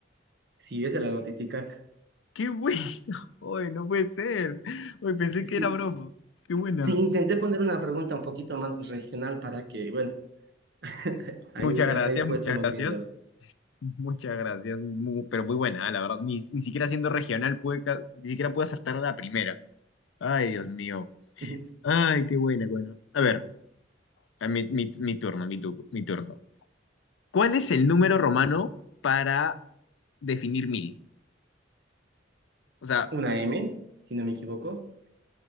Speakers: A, on the right; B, on the left.
A: Sí, es el lago Titicaca.
B: ¡Qué bueno! <laughs> Ay, no puede ser. Ay, pensé
A: Sí,
B: que
A: sí.
B: era broma. ¡Qué buena!
A: Sí, intenté poner una pregunta un poquito más regional para que, bueno, <laughs> ahí,
B: Muchas gracias,
A: ahí pues
B: muchas
A: estemos
B: gracias.
A: viéndolo.
B: Muchas gracias. Mu- pero muy buena, ah, la verdad. Ni, ni siquiera siendo regional pude, ca- ni siquiera pude acertar a la primera. Ay, Dios mío.
A: <laughs>
B: Ay, qué buena, bueno. A ver, a mi, mi, mi turno, mi, tu- mi turno. ¿Cuál es el número romano para definir mil? O sea,
A: Una M, si no me equivoco.